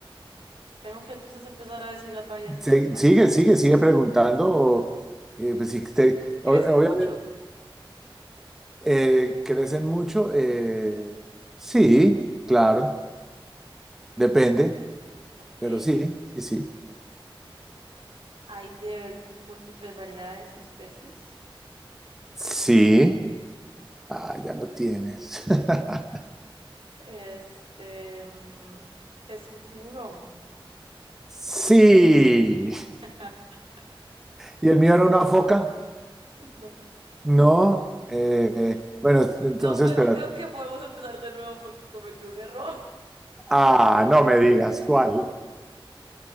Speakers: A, on the right; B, in the centre.
A: tengo que entonces empezar a decir las varias,
B: Sí,
A: las variedades.
B: Sigue, sigue, sigue preguntando. o, eh, pues, si te- o-
A: Crecen
B: obviamente,
A: mucho.
B: eh, ¿crecen mucho? Eh, sí, claro. Depende.
A: Ok.
B: Pero sí, sí, sí.
A: Hay de múltiples variedades o especies.
B: Sí. Ah, ya lo tienes. <laughs>
A: Este, mm, es un tiburón.
B: Sí.
A: <laughs>
B: ¿Y el mío era una foca?
A: No.
B: No. Eh, bueno, entonces,
A: No, pero
B: espera.
A: creo que podemos empezar de nuevo porque cometí un error.
B: Ah, no me digas cuál.